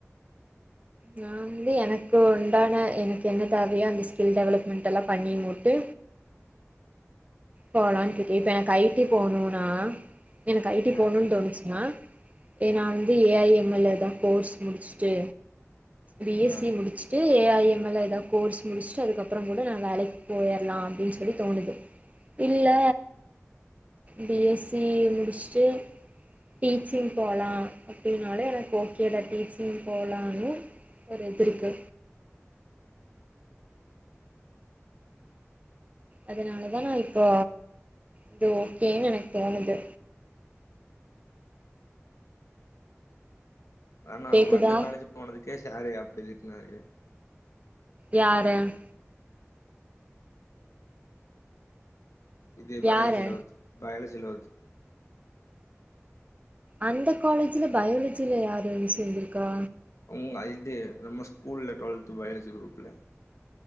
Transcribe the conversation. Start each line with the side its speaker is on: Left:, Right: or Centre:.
Right: நா வந்து எனக்கு உண்டான எனக்கு என்ன தேவையோ அந்த ஸ்கில் டெவலப்மெண்ட்டெல்லா பண்ணி முட்டு போலான்ட் ருக் இப்ப எனக்கு ஐடி போணுனா எனக்கு ஐடி
Left: ஆ
Right: போணுன்னு தோணுச்சினா ஏ நா வந்து ஏஐஎம்எல்ல எதா கோர்ஸ் முடிசுட்டு பிஎஸ்சி
Left: ஆ
Right: முடிச்சுட்டு ஏஐஎம்எல்ல ஏதாவது கோர்ஸ் முடுச்சுட்டு அதுக்கப்புறம் கூட நான் வேலைக் பேயிரலாம் அப்டின்னு சொல்லி தோணுது இல்ல பிஎஸ்சி முடிச்சுட்டு டீச்சிங் போலாம் அப் டினாலே எனக்கு ஓகேல டீச்சிங் போலானனு வது எது இருக்கு அதனாலதான் இப்போ இது ஓகேன்னு எனக்கு தோணுது
Left: ஆனா
Right: கேக்குதா
Left: அவன் அந்த காலேஜ் போனதுக்கே சாரு அப்டி திட்னாறு
Right: யார
Left: இது பயாலஜில
Right: யாரு
Left: ஒர்த் பயாலஜில ஒர்த்
Right: அந்த காலேஜில பயாலஜில யாரு சேந்துருகா
Left: ம் <unintelligible> நம்ம ஸ்கூல்ல டுவல்த் பயாலஜி குரூப்ல